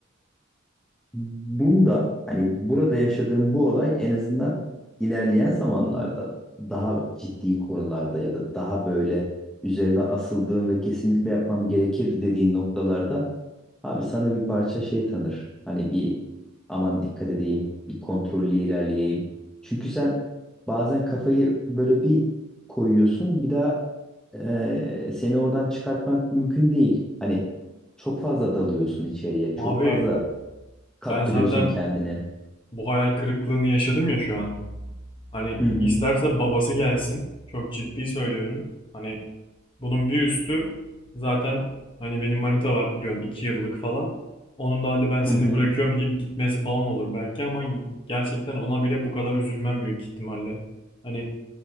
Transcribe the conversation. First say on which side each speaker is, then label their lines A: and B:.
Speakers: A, in the centre; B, on the left.
A: Bunda hani burada yaşadığım bu olay en azından ilerleyen zamanlarda daha ciddi konularda ya da daha böyle üzerine asıldığım ve kesinlikle yapmam gerekir dediğin noktalarda abi sana bir parça şey tanır. Hani bir aman dikkat edeyim, bir kontrollü ilerleyeyim. Çünkü sen bazen kafayı böyle bir koyuyorsun bir daha eee, seni oradan çıkartmak mümkün değil. Hani çok fazla dalıyorsun içeriye, çok
B: Abi
A: fazla Kaptırıyorsun
B: ben zaten
A: kendini.
B: bu hayal kırıklığını yaşadım ya şu an. Hani
A: Hı hı.
B: isterse babası gelsin. Çok ciddi söylüyorum. Hani bunun bir üstü zaten hani benim manita var biliyorsun 2 yıllık falan. Onun da hadi ben seni
A: Hı hı.
B: bırakıyorum deyip gitmesi falan olur belki ama gerçekten ona bile bu kadar üzülmem büyük ihtimalle. Hani